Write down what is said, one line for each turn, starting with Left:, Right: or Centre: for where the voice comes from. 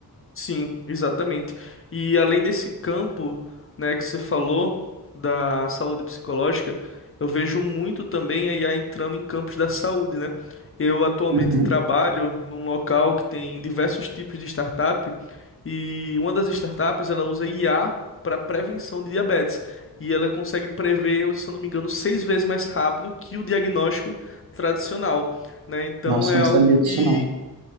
Left: Sim, exatamente. E além desse campo, né, que você falou da saúde psicológica, eu vejo muito também a IA entrando em campos da saúde, né? Eu atualmente
Right: Uhum.
Left: trabalho num local que tem diversos tipos de startup e uma das startups ela usa IA para prevenção de diabetes e ela consegue prever, se eu não me engano, seis vezes mais rápido que o diagnóstico tradicional, né? Então
Right: Nossa,
Left: é
Right: eu
Left: algo
Right: não sabia disso
Left: que
Right: não.